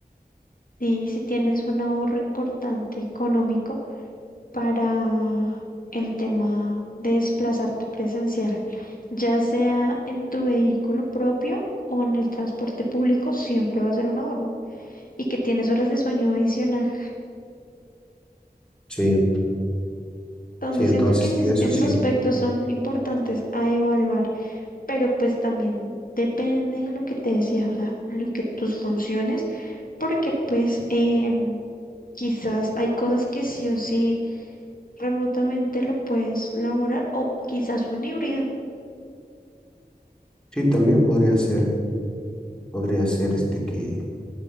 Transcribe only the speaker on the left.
Y si tienes un ahorro importante económico para el tema de desplazarte presencial, ya sea en tu vehículo propio o en el transporte público, siempre va a ser un ahorro. Y que tienes horas de sueño adicional.
Entonces
siento que esos,
esos
aspectos son importantes a evaluar, pero pues también depende de lo que te decía, o sea, lo que tus funciones, porque pues em, quizás hay cosas que sí o sí remotamente lo puedes laborar o quizás un híbrido.